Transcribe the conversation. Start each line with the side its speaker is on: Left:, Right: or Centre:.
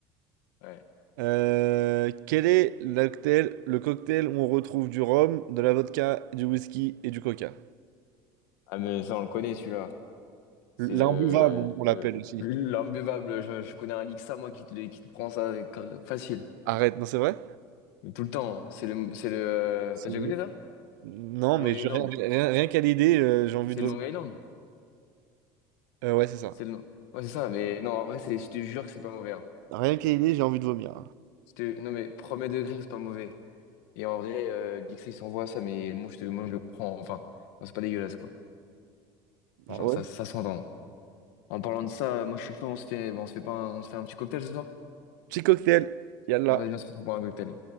Left: Ouais.
Right: Euh, quel est le cocktail, le cocktail où on retrouve du rhum, de la vodka, du whisky et du coca?
Left: Ah, mais ça, on le connaît, celui-là. C'est
Right: L'imbuvable,
Left: le,
Right: on, on l'appelle
Left: le-
Right: aussi.
Left: l'imbuvable. Je, je connais un Lixa, moi, qui te, le- qui te prend ça car- facile.
Right: Arrête, non, c'est vrai?
Left: Mais tout le temps. hein. C'est le, c'est le, euh,
Right: C'est
Left: t'as déjà
Right: le-
Left: goûté ça?
Right: Non,
Left: Le
Right: mais
Left: Long Island.
Right: je- rien, rien- rien qu'à l'idée, euh, j'ai envie
Left: C'est
Right: de
Left: le
Right: vomir.
Left: Long Island.
Right: Euh, ouais, c'est ça.
Left: C'est le, ouais, c'est ça. Mais non, en vrai, c'est, je te jure que c'est pas mauvais. hein.
Right: Rien qu'à l'idée, j'ai envie de vomir.
Left: Je te- non, mais premier degré, c'est pas mauvais. Et en vrai, euh, Lixa, il s'envoie ça, mais moi, je te, moi, je le prends. Enfin, non, c'est pas dégueulasse, quoi.
Right: Ah
Left: Genre,
Right: ouais?
Left: ça, ça s'entend. En parlant de ça, moi je suis chaud, on se fait, bon, on se fait pas un, on se fait un petit cocktail ce soir?
Right: Petit cocktail. Yallah.
Left: On va bien se retrouver pour un cocktail.